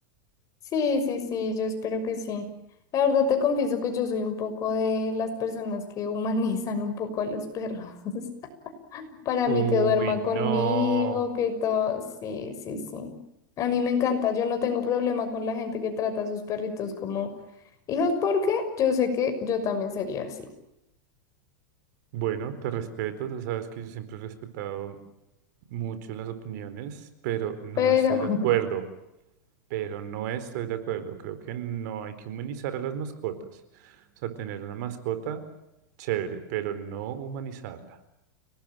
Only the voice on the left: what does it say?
sí, sí, sí, yo espero que sí. La verdad te confieso que yo soy un poco de las personas que humanizan un poco a los perros. <laughs> Para
mí que duerma
conmigo, que todo. Sí, sí, sí. A mí me encanta. Yo no tengo problema con la gente que trata a sus perritos como hijos porque yo sé que yo también sería así.
Pero
<laughs>